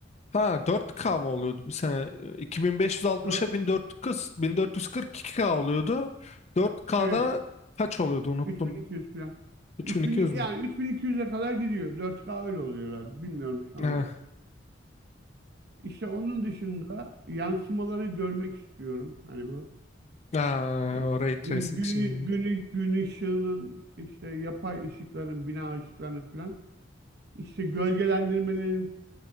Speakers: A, on the left; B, on the right.
A: Ha 4K mı oluyordu bir sene? 2560'a
B: Dör-
A: 1440 1442K oluyordu. 4K'da
B: evet
A: kaç oluyordu unuttum.
B: 3200 filan.
A: 3200
B: 3000,
A: mü?
B: yani 3200'e kadar gidiyor. 4K öyle oluyor herhalde. Bilmiyorum şu
A: He.
B: anda. İşte onun dışında yansımaları görmek istiyorum. Hani bu
A: Aa,
B: e,
A: o ray tracing
B: gün, günü,
A: şeyi.
B: günü, gün ışığının işte yapay ışıkların, bina ışıklarının falan işte gölgelendirmelerin